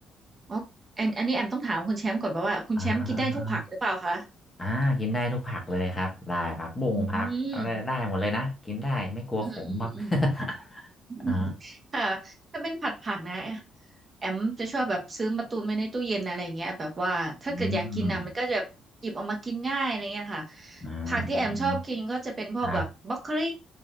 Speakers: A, on the right; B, on the left.
A: อ๋ออันอันนี้แอมต้องถามคุณแชมป์ก่อน่าว่าคุณแชมป์กินได้ทุกผักหรือเปล่าคะ
B: อ่าอ่าอ่า อ่ากินได้ทุกผักเลยครับได้ผักบุ้งผักอะไรได้หมดเลยนะกินได้ไม่กลัวขมครับ
A: อืมอืมอืมอืม
B: <laughs>
A: <laughs>
B: อ่า
A: ค่ะถ้าเป็นผัดผักนะแอมจะชอบแบบซื้อมาตุนไว้ในตู้เย็นอะไรเงี้ยแบบว่าถ้าเกิดอยากกินนะมันก็จะหยิบออกมากินง่ายอะไรเงี้ยค่ะ
B: อืมอ่าอืมอืม
A: ผักที่แอมชอบกินก็จะเป็นพวกแบบบรอกโคลี
B: ครับ